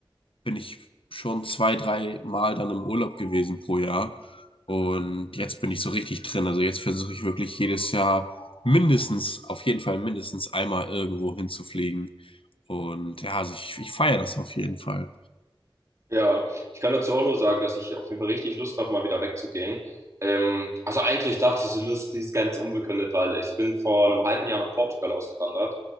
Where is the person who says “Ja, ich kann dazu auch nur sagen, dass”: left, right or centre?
Right